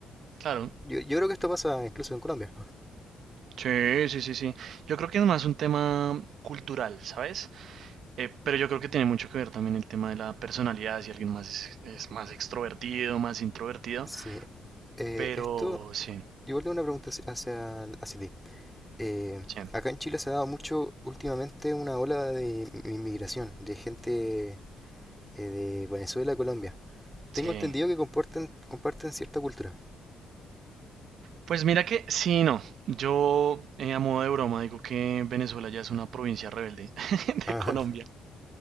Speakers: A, on the right; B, in the centre.
A: Claro.
B: Yo, yo creo que esto pasa incluso en Colombia.
A: Sí, sí, sí, sí. Yo creo que es más un tema cultural, ¿sabes? Eh, pero yo creo que tiene mucho que ver también el tema de la personalidad, si alguien más es, es más extrovertido, más introvertido,
B: Sí. Eh,
A: pero
B: esto,
A: sí,
B: igual tengo una pregunta hacia, hacia, hacia ti. Eh,
A: sí,
B: acá en Chile se ha dado mucho últimamente una ola de in- inmigración, de gente eh, de Venezuela a Colombia. Tengo
A: sí.
B: entendido que comparten, comparten cierta cultura.
A: Pues mira que sí, no, yo eh, a modo de broma digo que Venezuela ya es una provincia rebelde <laughs>
B: Ajá.
A: de Colombia